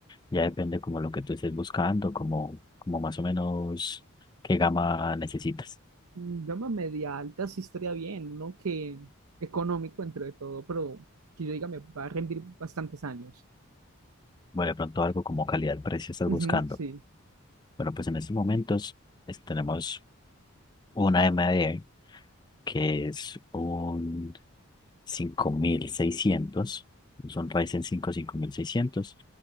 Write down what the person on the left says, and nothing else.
ya depende como lo que tú estés buscando, como, como más o menos qué gama necesitas.
Bueno, de pronto algo como calidad-precio estás
buscando.
Bueno, pues en estos momentos es- tenemos una M D que es un 5600, es un Ryzen cinco cinco mil seiscientos